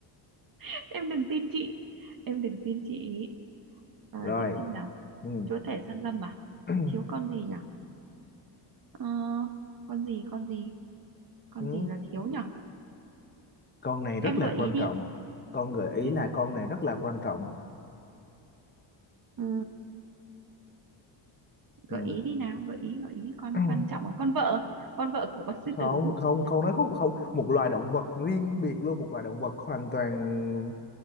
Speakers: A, on the right; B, on the left.
A: <laughs> em đừng tin chị em đừng tin chị Ờ,
B: Rồi.
A: chị xem nào
B: Ừ.
A: chúa tể sơn lâm à
B: <clears throat>
A: thiếu con gì nhở Ờ, con gì con gì con
B: Ừ.
A: gì là thiếu nhở
B: Con này rất
A: em
B: là
A: gợi
B: quan
A: ý đi
B: trọng. Con gợi ý
A: em,
B: là con này rất là quan trọng.
A: ừ,
B: Ừ.
A: gợi ý đi nào gợi ý gợi ý con
B: <clears throat>
A: quan trọng là con vợ con vợ của con sư
B: Không,
A: tử <laughs>
B: không, con nó không không một loài động vật riêng biệt luôn, một loài động vật hoàn toàn